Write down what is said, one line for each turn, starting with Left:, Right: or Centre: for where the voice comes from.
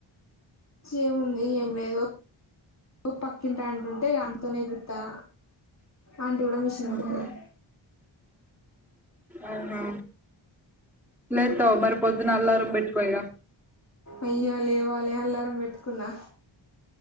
Left: ఏముంది ఏం లేదు పక్కింటి అంటుంటే అంటుతోనేై ఏపీతన ఆంటి కూడా మిషన్ కూడతాది
Centre: ఉహు, అవుహ లేత మరి పొద్దున అల్లారం పెట్టుకోయగా
Left: అయ్యో లేవ్వాలి అల్లారం పెట్టుకున్నా